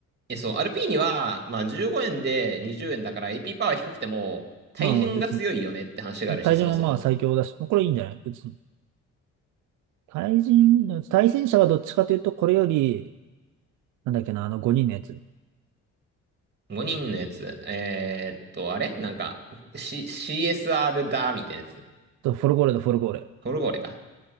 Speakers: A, on the right; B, on the right.
A: え、そう、アルピーニは、まあ、15円で20円だから AP パワー低くても、対人が強いよねって話があるし、
B: まあまあ別に。対人はまあ最強だし、
A: そもそも。
B: これいいんじゃない別に。対人、対戦者はどっちかというと、これより、なんだっけな、あの5人のやつ。
A: 5人のやつ。えーっと、あれなんか、C、CSR だ、みたいなやつ。
B: と、フォルゴーレとフォルゴーレ。
A: フォルゴーレか。